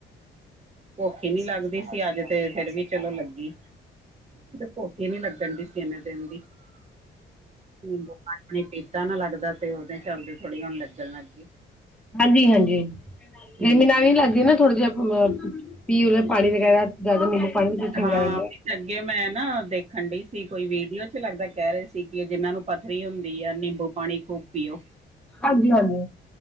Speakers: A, on the right; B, in the centre.
A: ਭੁਖ ਈ ਨੀ ਲੱਗਦੀ ਸੀ, ਅੱਜ ਤੇ ਫਿਰ ਵੀ ਚਲੋ ਲੱਗੀ, ਭੁੱਖੀ ਈ ਨੀ ਲੱਗਣ ਡਈ ਸੀ ਇੰਨੇ ਦਿਨ ਦੀ <unintelligible> ਲੱਗਦਾ ਤੇ ਓਦੇ ਚੱਲਦੇ ਥੋੜ੍ਹੀ ਹੁਣ ਲੱਗਣ ਲੱਗ ਗਈ
B: ਹਾਂਜੀ-ਹਾਂਜੀ,
A: ਹਮ
B: ਇਹਦੇ ਨਾਲ ਨਹੀਂ ਲੱਗਦੀ ਨਾ ਥੋੜਾ ਜਿਹਾ ਪੀਣ ਪਾਣੀ ਵਗੈਰਾ। ਗਰਮੀ ਚ ਪਾਣੀ ਪੁੱਛਣ
A: ਹਾਂ
B: ਗਰਮ ਡਿਆ
A: ਅੱਗੇ ਮੈਂ ਨਾ, ਦੇਖਣ ਡਈ ਸੀ ਕੋਈ ਵੀਡੀਓ ਚ ਲੱਗਦਾ ਕਹਿ ਰਹੇ ਸੀ ਕਿ ਇਹਦੇ ਨਾਲ ਪਥਰੀ ਹੁੰਦੀ ਆ ਨਿੰਬੂ ਪਾਣੀ ਖੂਬ ਪੀਓ
B: ਹਾਂਜੀ-ਹਾਂਜੀ,